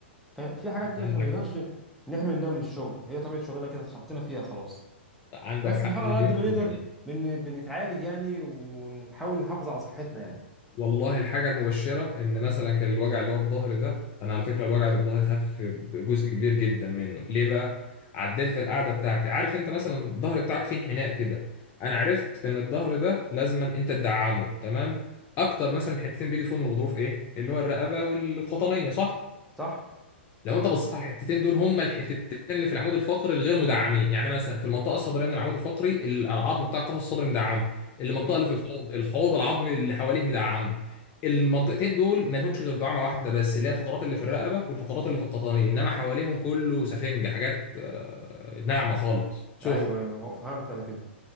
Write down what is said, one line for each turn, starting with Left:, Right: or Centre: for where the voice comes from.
Centre: ففي حاجات كده
Left: عندك
Centre: احنا ما نقدرش نحمي منها من الشغل هي طبيعه شغلنا كده اتحطينا فيها خلاص
Left: عندك
Centre: بس
Left: حق
Centre: نحاول
Left: مليون
Centre: على قد ما
Left: في
Centre: نقدر
Left: الميه
Centre: بن... بنتعالج يعني ونحاول نحافظ على صحتنا يعني
Left: والله الحاجة المبشرة إن مثلا كان الوجع اللي هو في ظهري ده أنا على فكرة الوجع اللي في ظهري خف بجزء كبير جدا منه ليه بقى؟ عدلت القعدة بتاعتي عارف أنت مثلا الظهر بتاعك فيه انحناء كده أنا عرفت إن الظهر ده لازما أنت تدعمه تمام؟ أكتر مثلا حتتين بيجي فيهم الغضروف إيه؟ اللي هو الرقبة والقطنية صح؟
Centre: صح؟
Left: لو انت بصيت على الحتتين دول هما الحتتين اللي في العمود الفقري الغير مدعمين يعني مثلا في المنطقه الصدريه من العمود الفقري ال- العظم بتاع القفص الصدري مدعم المنطقه
Centre: مم.
Left: اللي في الحوض الحوض العظمي اللي حواليه مدعم المنطقتين دول ما لهمش غير دعامه واحده بس اللي هي الفقرات اللي في الرقبه والفقرات اللي في القطنيه انما حواليهم كله سفنج حاجات آه، ناعمه خالص شوف
Centre: ايوه ايوه هو فهمت انا كده